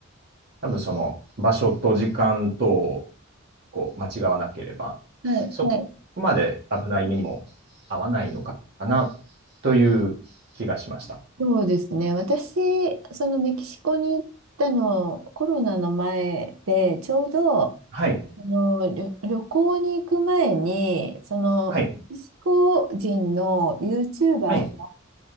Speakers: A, on the right; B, on the right.
A: 多分その場所と時間とをこう間違わなければ、
B: はい、
A: そこまで危ない目にも合わないのかな
B: はい。
A: という気がしました。
B: そうですね。私、そのメキシコに行ったの、コロナの前で、ちょうど、あ
A: はい、
B: の、旅、旅行に行く前に、その、
A: はい、
B: メキシコ人の YouTuber
A: はい、